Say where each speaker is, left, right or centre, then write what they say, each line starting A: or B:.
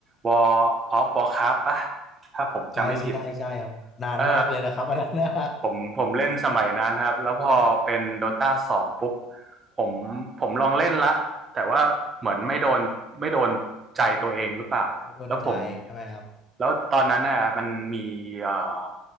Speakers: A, on the right; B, on the left.
A: War of Warcraft ปะถ้าผมจำไม่ผิด
B: ใช่ใช่ใช่ครับนานมากเลยนะครับอันนั้นนะ
A: เออผมผมเล่นสมัยนั้นครับแล้วพอเป็นโดตาสองปุ๊บผมผมลองเล่นละแต่ว่าเหมือนไม่โดนไม่โดนใจตัวเองหรือเปล่าแล้วผม
B: <laughs> ไม่โดนใจใช่ไหมครับ
A: แล้วตอนนั้นน่ะมันมีเอ่อ